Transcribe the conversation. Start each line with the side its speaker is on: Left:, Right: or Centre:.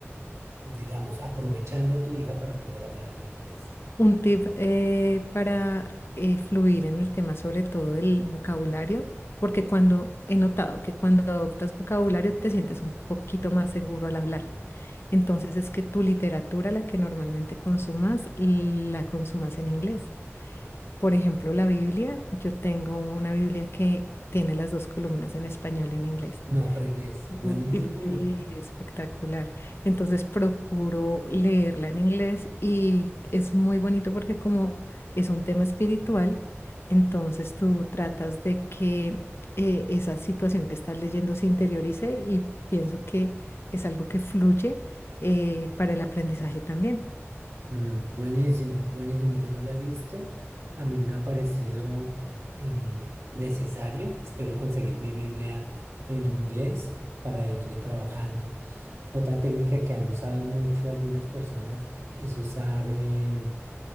Right: digamos, aprovechando a tu hija para poder hablar en inglés.
Left: Un tip eh, para eh, fluir en el tema, sobre todo del vocabulario, porque cuando he notado que cuando adoptas vocabulario te sientes un poquito más seguro al hablar. Entonces es que tu literatura, la que normalmente consumas, la consumas en inglés. Por ejemplo, la Biblia, yo tengo una Biblia que tiene las dos columnas en español y en inglés.
Right: No fregues. Buenísimo.
Left: Por- y- y espectacular. Entonces procuro leerla en inglés y es muy bonito porque como es un tema espiritual, entonces tú tratas de que eh, esa situación que estás leyendo se interiorice y pienso que es algo que fluye eh, para el aprendizaje también.
Right: Mm, buenísimo, buenísimo. Yo no lo he visto. A mí me ha parecido eh, necesario. Espero conseguir mi Biblia en inglés para irle trabajando. Otra técnica que han usado mucho algunas personas es usar eh,